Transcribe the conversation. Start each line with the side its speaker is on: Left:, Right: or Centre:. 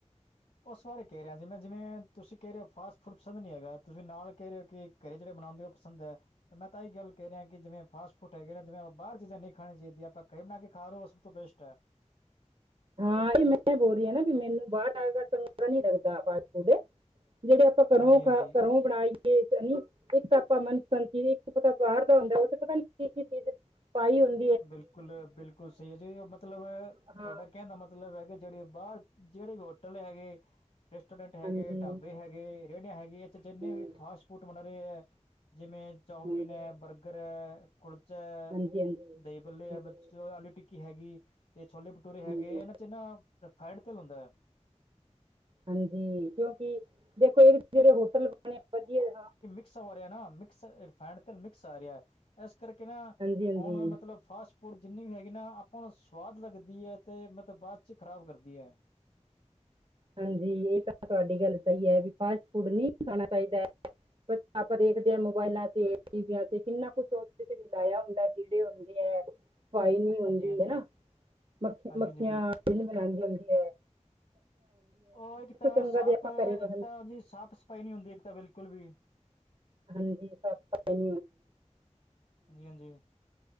Left: ਉਸ ਬਾਰੇ ਕਹਿ ਰਿਹਾ ਜਿਵੇ ਤੁਸੀਂ ਕਹਿ ਰਹੇ ਹੋ ਫਾਸਟ ਫੂਡ ਪਸੰਦ ਨਹੀਂ ਹੈਗਾ ਤੁਸੀ ਨਾਲ ਕਹਿ ਰਹੇ ਹੋ ਕਿ ਘਰੇ ਜਿਹੜੇ ਬਣਾਦੇ ਉਹ ਪਸੰਦ ਹੈ। ਤੇ ਮੈਂ ਤਾਂ ਇਹ ਗੱਲ ਕਹਿ ਰਿਹਾ ਕਿ ਜਿਵੇ ਫਾਸਟ ਫੂਡ ਹੈਗੇ ਨੇ ਜਿਵੇਂ ਬਾਰ ਚੀਜ਼ਾ ਨੀ ਖਾਣੀ ਚਾਹੀਦੀ ਆਪਾ ਘਰ ਬਣਾ ਕੇ ਖਾ ਰਹੇ ਹੋ ਤੋਂ ਬੇਸਟ ਹੈ।
Right: ਹਾਂ ਇਹੀ ਮੈਂ ਬੋਲ ਰਹੀ ਆ ਨਾ ਵੀ ਮੈਨੂੰ ਬਾਰ ਆ ਚੰਗਾ ਨੀ ਲੱਗਦਾ ਫਾਸਟ ਫੂਡ ਜਿਹੜੇ ਪਾਂ ਘਰੋਂ
Left: ਹਾਂਜੀ ਹਾਂਜੀ
Right: ਖਾ ਘਰੋਂ ਹੀ ਬਣਾਈਏ ਇੱਕ ਤਾਂ ਆਪਾ ਮਨਪਸੰਦ ਚੀਜ਼ ਇੱਕ ਪਤਾ ਬਾਰ ਦਾ ਹੁੰਦਾ ਉਹ ਤੇ ਪਤਾ ਨੀ ਕੀ-ਕੀ ਚੀਜ਼ ਪਾਈ ਹੁੰ
Left: ਬਿਲਕੁਲ-ਬਿਲਕੁਲ ਸਹੀ ਹੈ ਜੀ ਮਤਲਬ
Right: ਹਾਂ
Left: ਤੁਹਾਡਾ ਕਹਿਣ ਦਾ ਮਤ ਲਬ ਹੈਗੇ ਜਿਹੜੇ ਬਾਹਰ ਜਿਹੜੇ ਵੀ ਹੋਟਲ ਹੈਗੇ ਰੈਸਟੋਰੈਂਟ ਹੈਗੇ,
Right: ਹਾਂਜੀ
Left: ਢਾਬੇ ਹੈਗੇ, ਰੇਹੜੀਆਂ ਹੈਗੀ ਇਹ ਜਿੰਨੇ
Right: ਹਮ,
Left: ਵੀ ਫਾਸਟ ਫੂਡ ਬਣਾ ਰਹੇ ਹੈ ਜਿਵੇਂ ਚੌਮੀਨ
Right: ਹਾਂਜੀ
Left: ਹੈ, ਬਰਗਰ ਹੈ, ਕੁਲਚਾ ਹੈ
Right: ਹਾਂਜੀ ਹਾਂਜੀ
Left: ਦਹੀ ਬੱਲੇ ਹੈ, ਆਲੂ ਟਿੱਕੀ ਹੈਗੀ ਤੇ ਛੋਲੇ ਟਰੇ ਹੈਗੇ
Right: ਹਾਂਜੀ
Left: ਇਹਨਾ ਚ ਨਾ ਰਿਫਾਇੰਡ ਤੇਲ ਹੁੰਦਾ।
Right: ਹਾਂਜੀ ਕਿਉਂਕਿ ਦੇਖੋ ਇੱਕ ਜਿਹੜੇ ਹੋਟਲ ਬਣੇ ਵਧੀਆ ਹਾਂ
Left: ਕਸ ਹੋ ਰਿਹਾ ਨਾ ਮਿਕਸ ਰਿਫਡ ਤੇਲ ਮਿਕਸ ਆ ਰਿਹਾ ਇਸ ਕਰਕੇ ਨਾ
Right: ਹਾਂਜੀ ਹਾਂਜੀ
Left: ਆਉਣ ਵਾਲ ਮਤਲਬ ਫਾਸਟ ਫੂਡ ਜਿੰਨੀ ਵੀ ਹੈਗੀ ਨਾ, ਆਪਾਂ ਨੂੰ ਸਵਾਦ ਲੱਗਦੀ ਏ, ਤੇ ਮਤਲਬ ਬਾਅਦ ਚ ਖ਼ਰਾਬ ਕਰਦੀ ਐ।
Right: ਹਾਂਜੀ ਏਹ ਤਾਂ ਤੁਆਡੀ ਗੱਲ ਸਈ ਐ, ਵੀ ਫਾਸਟ ਫੂਡ ਨਈ ਖਾਣਾ ਚਾਹੀਦਾ। ਬਸ ਆਪਾਂ ਦੇਖਦੇ ਆ ਮੋਬਾਇਲਾਂ ਤੇ, ਟੀਵੀਆਂ ਤੇ, ਕਿੰਨਾ ਕੁਛ ਉ ਤੇ ਵੀ ਡਾਇਆ ਹੁੰਦਾ ਏ। ਕੀੜੇ ਹੁੰਦੇ ਏ। ਸਫ਼ਾਈ ਨਈ ਹੁੰਦੀ,
Left: ਹਾਂਜੀ ਹਾਂਜੀ
Right: ਹਨਾ? ਮ
Left: ਹਾਂਜੀ
Right: ਮੱਖੀਆਂ
Left: ਜੀ
Right: ਪਿੰਨਪਨਾਦੀਆਂ ਹੁੰਦੀਆਂ ਏ।
Left: ਔਹ ਇੱਕ ਤਾਂ
Right: ਚੰਗਾ
Left: ਸਾਪ,
Right: ਜੇ ਆਪਾਂ ਘਰੇ ਬਣ
Left: ਇੱਕ ਤਾਂ ਜੀ ਸਾਪ ਸਪਾਈ ਨਹੀਂ ਹੁੰਦੀ, ਇੱਕ ਤਾਂ ਬਿਲਕੁਲ ਵੀ।
Right: ਹਾਂਜੀ ਸਾਪ ਸਪਾਈ।
Left: ਹਾਂਜੀ-ਹਾਂਜੀ।